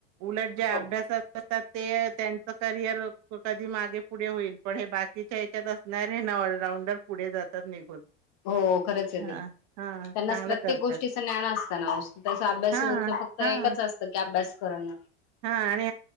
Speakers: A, on the right (about 50°); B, on the left (about 55°).
A: उलट जे
B: हो
A: अभ्यासात असतात ते त्यांच करिअर कधी मागे पुढे होईल पण हे बाकीच्या हच्यात असणार हे ना ऑलराऊंडर पुढे जातात निघून.
B: हो खरंचयेते
A: हा हा चांगलं
B: त्यांना प्रत्येक
A: करतात
B: गोष्टी न्यांन असत ना त अभ्यास
A: हा
B: हो फक्त
A: हा.
B: एकच असतं की अभ्यास करण.
A: हा. आणि